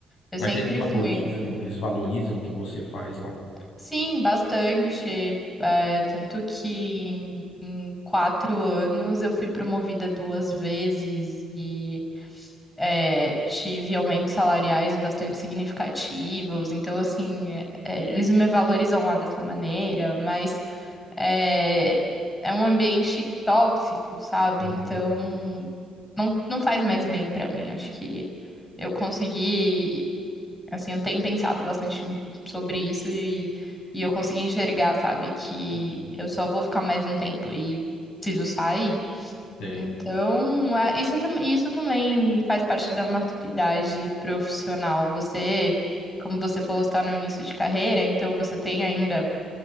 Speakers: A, on the left (about 15°); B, on the left (about 80°).
A: eu
B: Mas
A: sempre
B: eles valorizam,
A: fui.
B: eles valorizam o que você faz lá.
A: Sim, bastante. é, tanto que em, em quatro anos eu fui promovida duas vezes e é, tive aumentos salariais bastante significativos. Então, assim, é, é, eles me valorizam lá dessa maneira, mas é, é um ambiente tóxico, sabe?
B: Uhum,
A: Então. não, não faz mais bem pra mim. Acho que eu consegui, assim, eu tenho pensado bastante m- sobre isso e, e eu consegui enxergar, sabe, que
B: uhum.
A: eu só vou ficar mais um tempo e preciso sair.
B: Sei.
A: Então, é, isso, tam- isso também faz parte da maturidade profissional. Você, como você falou, está no início de carreira, então você tem ainda